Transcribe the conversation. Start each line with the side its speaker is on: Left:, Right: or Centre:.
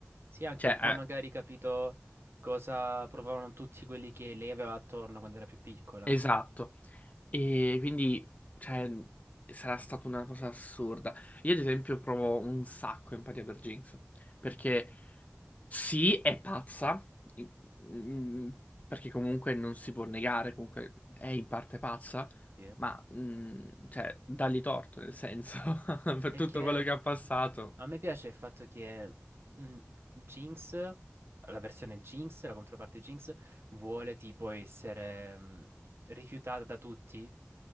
Right: Sì, anche
Left: cioè,
Right: un po' magari capito cosa provavano tutti quelli che lei aveva attorno quando era più piccola.
Left: eh, esatto. E quindi, cioè, sarà stata una cosa assurda. Io, ad esempio, provo un sacco empatia per Jinx. Perché sì, è pazza, in- in- perché comunque non si può negare, comunque è in parte pazza,
Right: Sì.
Left: ma, mm, cioè, dagli torto, nel senso, <laughs> per
Right: E
Left: tutto
Right: che
Left: quello che ha passato.
Right: a me piace il fatto che mh, Jinx, la versione Jinx, la controparte Jinx, vuole tipo essere mh, rifiutata da tutti.